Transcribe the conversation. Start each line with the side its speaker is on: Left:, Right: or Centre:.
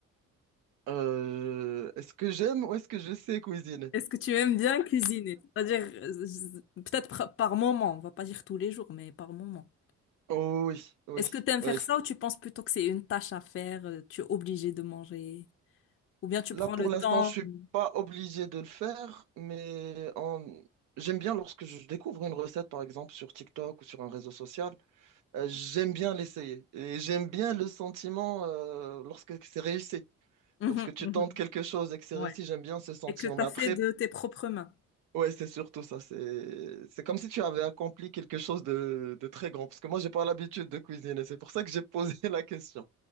Right: Euh, est-ce que j'aime ou est-ce que je sais cuisiner?
Left: Est-ce que tu aimes bien cuisiner? C'est-à-dire, euh, z- peut-être par par moment, on va pas dire tous les jours, mais par moment.
Right: Oh oui, oui,
Left: Est-ce que tu aimes faire
Right: oui.
Left: ça ou tu penses plutôt que c'est une tâche à faire, euh, tu es obligé de manger? Ou bien tu
Right: Là,
Left: prends
Right: pour
Left: le
Right: l'instant,
Left: temps?
Right: je suis
Left: <laughs>
Right: pas obligé de le faire, mais en- j'aime bien lorsque je découvre une recette, par exemple, sur TikTok ou sur un réseau social, euh, j'aime bien l'essayer. Et j'aime bien le sentiment euh, lorsque c'est réussi.
Left: Mhm,
Right: Lorsque tu
Left: mhm,
Right: tentes quelque chose et que c'est réussi,
Left: ouais.
Right: j'aime bien ce sentiment.
Left: Et que t'as
Right: Mais après,
Left: fait de tes propres mains.
Right: ouais, c'est surtout ça. C'est c'est comme si tu avais accompli quelque chose de, de très grand. Parce que moi, j'ai pas l'habitude de cuisiner. C'est pour ça que j'ai posé <laughs> la question.